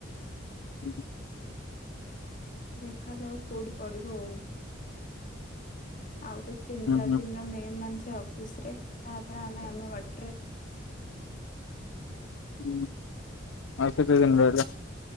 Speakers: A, on the left; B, on the left.
A: <unintelligible>
B: ଦେଖା ଯାଉ କୋଉଠି ପଡିବ ଆଉ। ଆଉ ତ ତିନି ଚାରି
A: ହୁଁ
B: ଦିନରେ ମେହେମାନ ସେ ଅଫିସରେ ତାପରେ ଆମେ ଆମ ବାଟରେ।
A: ହୁଁ ଆ ସେଟା କେମ ରହିଲା?